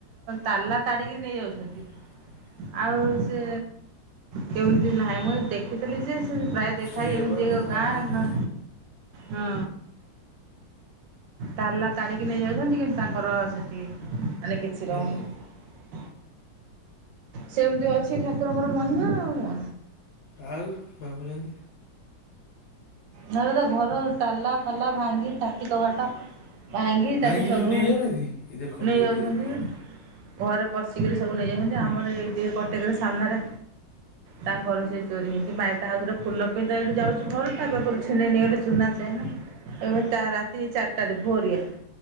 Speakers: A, on the right; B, on the left.
A: ତାଲା ତାରିକି ନେଇଯାଉଛନ୍ତି।
B: <inaudible>
A: ଆଉ ସେ କେମିତି ନାହିଁ ମ ଦେଖିଥିଲି ଯେ ପ୍ରାୟ ଦେଖଏ
B: ସେଇଆ
A: ଏମିତି
B: ବା ମାନେ
A: ଏକ
B: ଭାବୁନାହାନ୍ତି
A: ଗାଁ ହଁ ତାଲା ତାରିକି ନେଇ ଯାଉଚନ୍ତି କିନ୍ତ ତାଙ୍କର ସେଠି ମାନେ କିଛି
B: ହୁଁ।
A: ରହୁନି। ସେମିତି ଅଛି ଠାକୁରଙ୍କର ମହିମା ଆଉ।
B: ଆଉ ଭାବୁନାହାନ୍ତି
A: ନହେଲେ ତ ଘର ତାଲା ଫାଲା ଭାଙ୍ଗି ଟାତି କବାଟ ଭାଙ୍ଗି
B: ଭାଙ୍ଗିକି
A: ତାକୁ ସବୁ
B: ନେଇଯାଉନାହାନ୍ତି ଏ ଦେଖନ୍ତୁ
A: ନେଇ
B: ଏବେ
A: ଯାଉଚନ୍ତି।
B: ଦେଖନ୍ତୁ।
A: ଘରେ ପଶିକିରି ସବୁ ନେଇଯାଉଚନ୍ତି ଆମର ଏଇ ଟିକେ କଟେକରେ ସାମ୍ନାରେ ତାଙ୍କ ଘରୁ ସେ ଚୋରି ହେଇ ମାଇ କାହାକୁ ଦ ଫୁଲ ପିନ୍ଧେଇ ଯାଉଚି ଘରୁ <unintelligible> ଛିଣ୍ଡେଇ ନେଇଗଲେ ସୁନା ଚେନେ ଏବେ ତା ରାତି ଚାରିଟାରେ ଭୋରିଆ